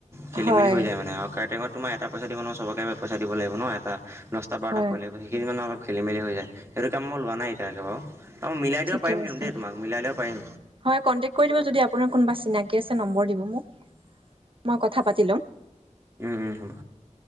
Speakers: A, on the right; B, on the right.
A: খেলি-মেলি
B: হয়
A: হৈ যায় মানে। আৰু কেটাৰিং তোমাৰ এটা পইচা দিব নাও চবকে পইচা দিব লাগিব ন এটা। দহটা-বাৰটা
B: হয়
A: পোৱালী লাগিব, সেইখিনি মানে অলপ খেল-মেলি হৈ যায়। সেইটো কাম মই লোৱা নাই এতিয়া লৈকে বাৰু। অ মিলাই দিব
B: ঠিকে
A: পাৰিম কিন্তু
B: আছে
A: দে তোমাক, মিলাই দিব পাৰিম।
B: হয় কণ্টেক্ট কৰি দিব যদি আপোনাৰ কোনোবা চিনাকি আছে নম্বৰ দিব মোক মই কথা পাতি ল'ম।
A: উ, উ, হব।